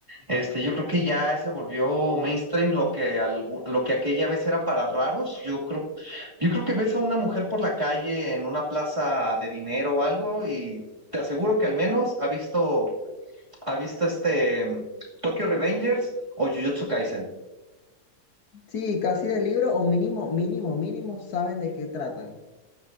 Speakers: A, on the right (about 20°); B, on the left (about 65°).
A: Este, yo creo que ya se volvió mainstream lo que, algu- lo que aquella vez era para raros. Yo creo, yo creo que ves a una mujer por la calle en una plaza de dinero o algo y te aseguro que al menos ha visto, ha visto este mm, Tokyo Revengers o Jujutsu Kaisen.
B: Sí, casi de libro o mínimo, mínimo, mínimo saben de qué tratan.